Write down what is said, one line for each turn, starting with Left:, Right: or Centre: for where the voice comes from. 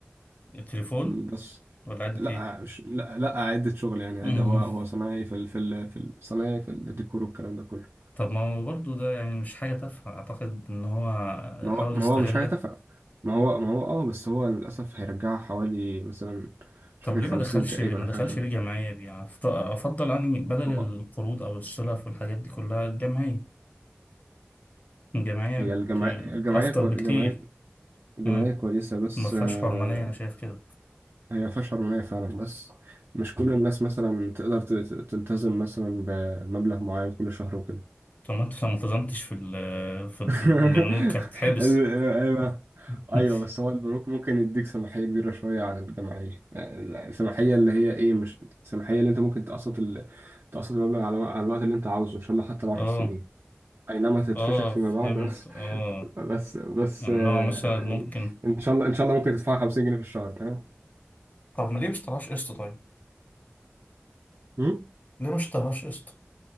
Left: التليفون
Right: مم، بس
Left: ولا عدت
Right: لا
Left: ايه
Right: مش لا لا عدة شغل يعني
Left: <laughs>
Right: عادي هو هو صنايعي في ال... في ال... في ال- صنايعي في الديكور والكلام ده كله
Left: طب ما هو برضه ده يعني مش حاجة تافهة أعتقد إن هو
Right: ما
Left: حاول
Right: هو ما
Left: يستغلها
Right: هو مش حاجة تافهة ما هو ما هو اه بس هو للأسف هيرجعها حوالي مثلا مش
Left: طب
Right: فاكر
Left: ليه
Right: خمسين
Left: ما دخلش
Right: تقريبا
Left: ما
Right: أو
Left: دخلش
Right: حاجة شبه كده
Left: ليه جمعية بيه يعني أفط- أفضل أني بدل
Right: هو
Left: القروض أو السلف والحاجات دي كلها الجمعية الجمعية
Right: هي
Left: بت...
Right: الجمعية الجمعية
Left: أفضل
Right: كو... الجمعية
Left: بكتير
Right: الجمعية
Left: مم.
Right: كويسة بس
Left: ما فيهاش
Right: آه،
Left: حرمانية أنا شايف كده
Right: هي ما فيهاش حرمانية فعلا بس مش كل الناس مثلا تقدر ت- ت- تلتزم مثلا بمبلغ معين كل شهر وكده
Left: طب ما أنت لو ما التزمتش في ال... في البنوك
Right: <laughs>
Left: هتتحبس
Right: ايوه
Left: <laughs>
Right: ايوه بس هو البنوك ممكن يديك سماحيه كبيره شويه عن الجمعيه يعني السماحيه اللي هي ايه مش السماحيه اللي انت ممكن تقسط ال... تقسط المبلغ على... على الوقت اللي انت عاوزه ان شاء الله حتى العشر
Left: اه
Right: سنين اي نعم هتتفشخ
Left: اه
Right: فيما
Left: فهمت
Right: بعد بس
Left: اه
Right: <laughs> بس بس
Left: يعني
Right: آه،
Left: إن هو مثلا ممكن
Right: يعني ان شاء الله ان شاء الله ممكن تدفع 50 جنيه في الشهر فاهم
Left: طب ما ليه مش طلعش قسط طيب؟
Right: مم؟
Left: ليه مش طلعش قسط؟